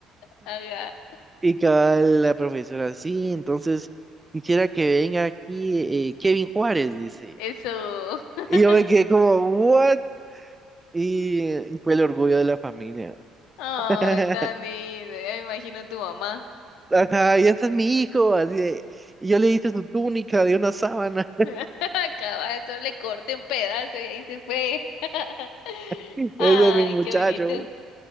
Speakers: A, on the left; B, on the right.
A: Ajá,
B: Y cabal la profesora, sí, entonces quisiera que venga aquí eh, Kevin Juárez, dice.
A: eso. <laughs>
B: Y yo me quedé como, ¿what? Y, y fue el orgullo de la familia.
A: Ay,
B: <laughs>
A: tan lindo. Ya me imagino tu mamá.
B: Ajá, y este es mi hijo, así de, y yo le hice su túnica de una sábana,
A: <laughs> Cabal, solo le corté un pedazo y ahí se fue. <laughs>
B: <laughs> ese
A: Ay,
B: es mi muchacho.
A: qué bonito.